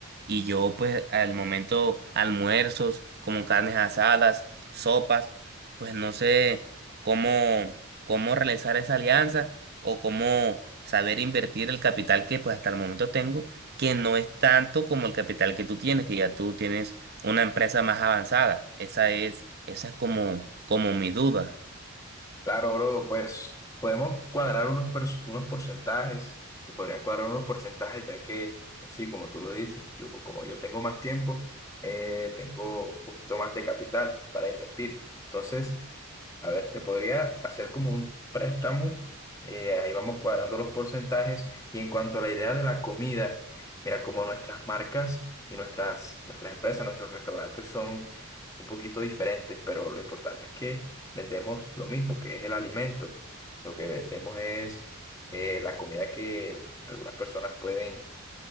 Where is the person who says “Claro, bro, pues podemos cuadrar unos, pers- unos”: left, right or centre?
Left